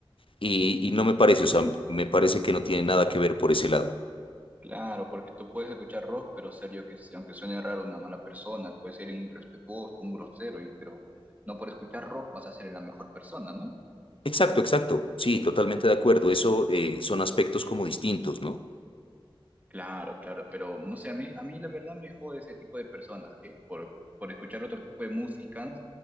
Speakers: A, on the left (about 65°); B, on the right (about 15°).
A: Y, y no me parece, o sea, me parece que no tiene nada que ver por ese lado.
B: Claro, porque tú puedes escuchar rock, pero serio que sí, aunque suene raro una mala persona, puede ser un irrespetuoso, un grosero, y, pero no por escuchar rock vas a ser la mejor persona, ¿no?
A: Exacto, exacto. Sí, totalmente de acuerdo. Eso eh, son aspectos como distintos, ¿no?
B: Claro, claro, pero no sé, a mí, a mí la verdad me jode ese tipo de personas que por, por escuchar otro tipo de música